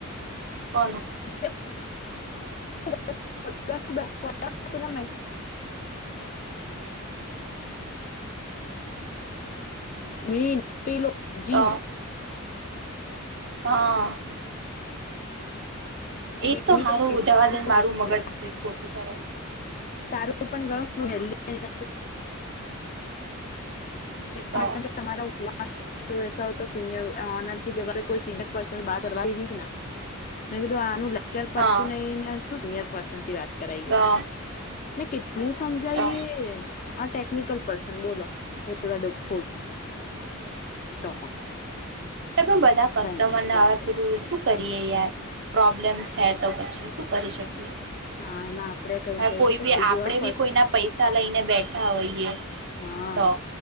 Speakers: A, on the right; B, on the left.
A: કોનું,?
B: બેક <unintelligible> મેન પેલોલો જીન
A: તો હા. એ
B: જીની
A: તો સારું
B: કેટલું
A: જવા દેને મારું
B: વિચિત્ર
A: મગજ છે ખોટું ખ
B: તારું <inaudible> તું પણ ગ
A: તો
B: હું <inaudible> તમારા તો એસા હોતા સિનયર ઓનર કી જગહ કોઈ સીનિયર પર્સન બાત કરવા રહી. મેં કીધું આનું ચલ પત્તું
A: હા
B: નહી ને શું સિનિયર પ્રસતી વાત કરાઈએ
A: તો
B: અને કેટલું સમજાઈએ
A: તો
B: આ ટેકનિકલ પર્સન બોલો હવા એ એવા ડફોળ. તો
A: ત બધા કસ્ટમર
B: કઈ નઈ
A: ને
B: જવા
A: આવ
B: દે
A: છું કરીએ યાર પ્રોબ્લેમ છે તો પછી શું કરી શકીએ.
B: હા એમાં આપડે ક
A: હવે
B: કહી
A: કોઈ
B: શકી
A: બી
B: કુી
A: આપડે
B: હોય
A: બી કોઈના પૈસા લઈને બેઠા હોઈએ
B: હા
A: તો